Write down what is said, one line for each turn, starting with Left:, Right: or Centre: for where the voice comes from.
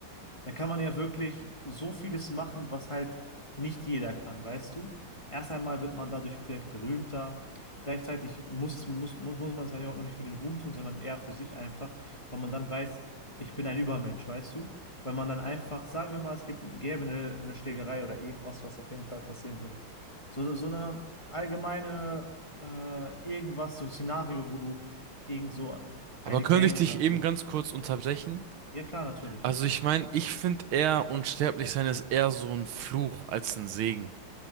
Left: da kann man ja wirklich so vieles machen, was halt nicht jeder kann, weißt du? Erst einmal wird man dadurch vielleicht berühmter. Gleichzeitig muss, muss, muss, muss man es ja auch nicht für den Ruhm tun, sondern eher für sich einfach, weil man dann weiß, ich bin ein Übermensch, weißt du? Weil man dann einfach, sagen wir mal, es gibt, gäbe eine, eine Schlägerei oder irgendwas, was auf jeden Fall passieren würde. So, so eine allgemeine, äh, irgendwas, so ein Szenario, wo du gegen so
Right: Aber
Left: eine
Right: könnte
Left: Gang
Right: ich dich
Left: oder
Right: eben
Left: so.
Right: ganz kurz unterbrechen?
Left: Ja, klar, natürlich.
Right: Also ich meine, ich finde eher unsterblich sein ist eher so ein Fluch als ein Segen.